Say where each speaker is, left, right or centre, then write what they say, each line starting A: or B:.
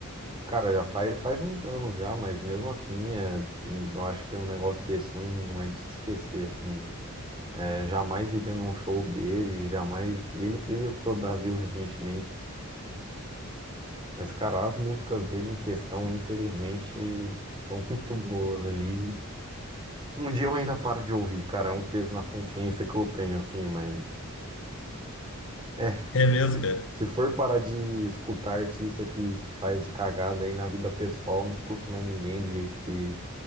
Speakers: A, on the right (about 20°); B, on the left (about 60°).
A: Cara, já faz, faz uns anos já, mas mesmo assim, é, eu acho que um negócio desse não, não é de se esquecer, assim. né? É, jamais iria num show dele, jamais. E ele veio pro Brasil recentemente, mas, cara, as músicas dele em questão, infelizmente, são <laughs> muito boas ali. Um dia eu ainda paro de ouvir, cara, é um peso na consciência que eu tenho, assim, mas. É,
B: É mesmo,
A: se,
B: cara.
A: se for parar de escutar artista que, que faz cagada aí na vida pessoal, não escuto mais ninguém do jeito que